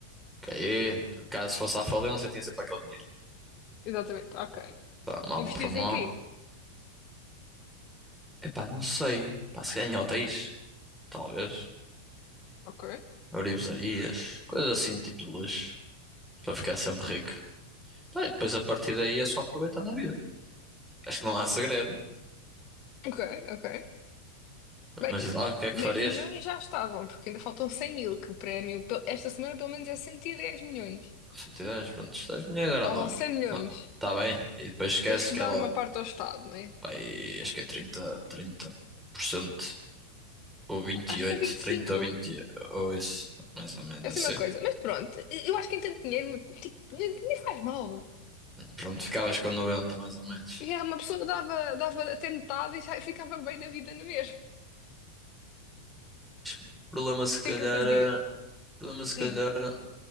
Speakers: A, in the centre; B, on the left (about 40°).
A: Que aí, caso fosse à falência, tinha sempre aquele dinheirinho.
B: Exatamente, ok.
A: Pá, mal
B: Investias
A: para mal.
B: em quê?
A: Epá, não sei. Pá, se ganhar hotéis. Talvez.
B: Ok,
A: Abrir pizzarias. Coisas assim, tipo de luxo. para ficar sempre rico. Pá, e depois a partir daí é só aproveitar na vida. Acho que não há segredo.
B: ok, ok. Bem,
A: Mas diz lá, o que é que farias?
B: dez milhões já estavam, porque ainda faltam 100 mil, que o prémio pe- esta semana pelo menos é 110 milhões.
A: Se eu tivesse, pronto, 6 milhões era
B: Estavam
A: logo.
B: cem milhões.
A: Ah, tá bem. E depois esqueces
B: Tens que
A: que
B: dar
A: é logo.
B: uma parte ao Estado, não é?
A: Pá, e acho que é trinta, trinta por cento ou vinte
B: Não, Acho
A: e oito,
B: que é vinte
A: 30
B: e cinco
A: ou 20 ou isso. Mais ou menos
B: é
A: assim.
B: assim uma coisa. Mas pronto, eu acho que em tanto dinheiro, tipo, nem, nem faz mal.
A: Pronto, ficavas com 90 mais ou menos.
B: E há uma pessoa dava, dava até metade e já ficava bem na vida na mesma.
A: O problema se
B: O
A: calhar
B: que é que ele fazia?
A: era... o problema se calhar...
B: Hum,
A: A